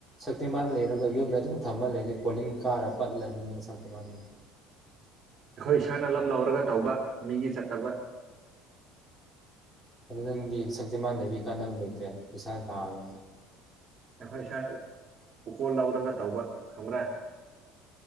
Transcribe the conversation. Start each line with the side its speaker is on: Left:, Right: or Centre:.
Centre: ꯁꯛꯇꯤꯃꯥꯟ ꯂꯩꯔꯒ ꯌꯨꯝꯗ ꯑꯗꯨꯝ ꯊꯝꯃ ꯂꯩꯔꯦ ꯀꯣꯂꯤꯡ ꯀꯥꯔ ꯄꯠꯂꯅꯤ ꯁꯛꯇꯤꯃꯥꯟꯗ
Right: ꯑꯩꯈꯣꯏ ꯏꯁꯥꯅ ꯂꯝ ꯂꯧꯔꯒ ꯇꯧꯕ ꯃꯤꯒꯤ ꯆꯠ ꯇꯕ
Centre: ꯑꯗꯨ ꯅꯪꯗꯤ ꯁꯛꯇꯤ ꯃꯥꯟꯅꯕꯤ ꯀꯥꯟꯅꯕ ꯂꯩꯇ꯭ꯔꯦ ꯄꯩꯁꯥ ꯂꯥꯛꯑꯅꯣ
Right: ꯑꯩꯈꯣꯏ ꯏꯁꯥꯅ ꯎꯀꯣꯜ ꯂꯧꯔꯒ ꯇꯧꯕ ꯈꯪꯕ꯭ꯔꯥ